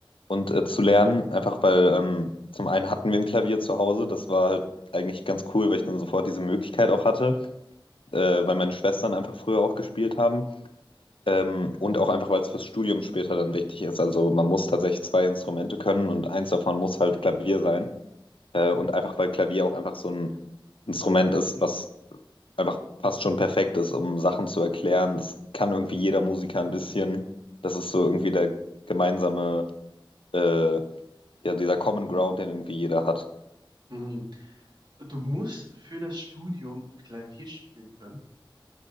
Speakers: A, on the left; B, on the right.
A: und äh, zu lernen, einfach weil ähm, zum einen hatten wir ein Klavier zu Hause, das war halt eigentlich ganz cool, weil ich dann sofort diese Möglichkeit auch hatte, äh, weil meine Schwestern einfach früher auch gespielt haben ähm, und auch einfach, weil es fürs Studium später dann wichtig ist. Also man muss tatsächlich zwei Instrumente können und eins davon muss halt Klavier sein äh, und einfach, weil Klavier auch einfach so ein Instrument ist, was einfach fast schon perfekt ist, um Sachen zu erklären. Das kann irgendwie jeder Musiker ein bisschen. Das ist so irgendwie der gemeinsame äh, ja, dieser Common Ground, den irgendwie jeder hat.
B: Mhm. Du musst für das Studium Klavier spielen können.